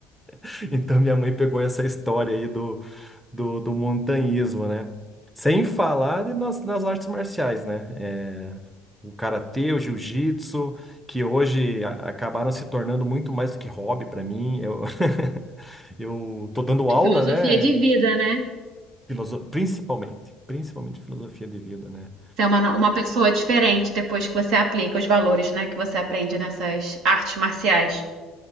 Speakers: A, in the centre; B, on the right.
A: <laughs> Então minha mãe pegou essa história aí do, do montanhismo, né? Sem falar de nas, nas artes marciais, né? É, o karatê, o jiu-jitsu, que hoje a- acabaram se tornando muito mais do que hobby para mim. Eu, <laughs> eu tô dando aula,
B: é filosofia
A: né?
B: de vida, né?
A: Filoso- Principalmente, principalmente filosofia de vida, né?
B: Você é uma, no- uma pessoa diferente depois que você aplica os valores, né, que você aprende nessas artes marciais.